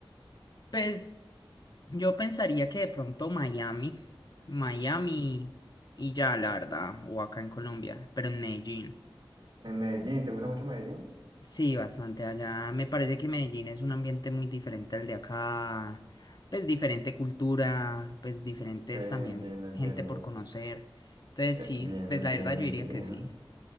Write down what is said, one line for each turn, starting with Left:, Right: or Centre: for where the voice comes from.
Left: Pues yo pensaría que de pronto Miami, Miami y ya, la verdad, o acá en Colombia, pero en Medellín.
Right: En Medellín, ¿te gusta mucho Medellín?
Left: Sí, bastante allá. Me parece que Medellín es un ambiente muy diferente al de acá, pues diferente cultura, pues diferentes
Right: Bien,
Left: también
Right: Entiendo, entiendo.
Left: gente por conocer. Entonces
Right: Eh,
Left: sí,
Right: Bien,
Left: pues
Right: es
Left: la
Right: bien,
Left: verdad yo
Right: es
Left: diría
Right: bien.
Left: que sí.